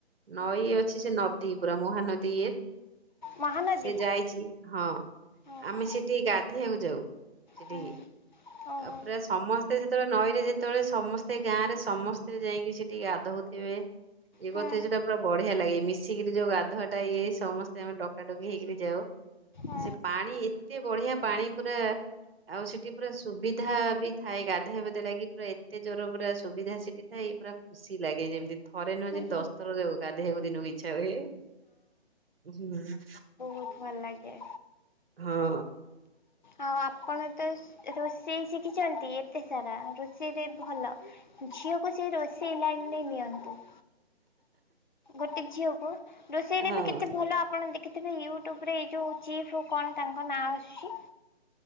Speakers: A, on the right; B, on the left.
A: ନଈ ଅଛି ସେ ନଦୀ ପୁରା ମହାନଦୀ ଇଏର୍
B: ମହାନଦୀ
A: ସେ ଯାଇଛି ହଁ
B: ଓହୋ
A: ଆମେ ସେଠି ଗାଧେଇଆକୁ ଯାଉ ସେଠି
B: ହୁଁ ଓହୋ
A: ଅପ୍ରାସ୍ ସମସ୍ତେ ଯେତେବଳେ ନଈରେ ଯେତେବଳେ ସମସ୍ତେ ଗାଁ ରେ ସମସ୍ତେ ଯାଇଁକି ସେଠି ଗାଧଉଥିବେ ଇଏ
B: ହୁଁ
A: କୋଉଥିଲେ ସେଟା ପୁରା ବଢିଆ ଲାଗେ ମିଶିକିରି ଯୋଉ ଗାଧୁଆଟା ଇଏ ସମସ୍ତେ ଆମେ ଡ ଡକା ଡକି ହେଇକିରି ଯାଉ
B: ହୁଁ।
A: ସେ ପାଣି ଏତେ ବଢିଆ ପାଣି ପୁରା ଆଉ ସେଠି ପୁରା ସୁବିଧା ବି ଥାଏ ଗାଧେଆପାଧେଆ ଲାଗି ପୁରା ଏତେ ଜୋର ପୁରା ସୁବିଧା ସେଠିଥାଇ ପୁରା ଖୁସିଲାଗେ ଯେମିତି ଥରେ ନୁହଁ ଯେମିତି
B: ହଁ
A: ଦଶଥର ଯୋଉ ଗାଧେଇଆକୁ ଦିନୁକୁ ଇଛା ହୁଏ। ଓ ସେ ଯୋଉ
B: ବୋହୁତ୍ ଭଲ୍ ଲାଗେ।
A: ହଁ।
B: ଆଉ ଆପଣ ତ ସ୍ ରୋଷେଇ ଶିଖିଚନ୍ତି ଏତେସାରା ରୋଷେଇରେ ଭଲ। ଝିଅକୁ ସେଇ ରୋଷେଇ ଲାଇନ୍ ରେ ନିଅନ୍ତୁ। ଗୋଟେ ଝିଅକୁ ରୋଷେଇରେ
A: ହଁ
B: ବି କେତେ ଭଲ ଆପଣ ଦେକି ଥିବେ ୟୁଟ୍ୟୁବରେ ଏଇ ଯୋଉ ଚିଫ୍ ହୋଉ କଣ୍ ତାଙ୍କ ନାଁ ଆସୁଛି?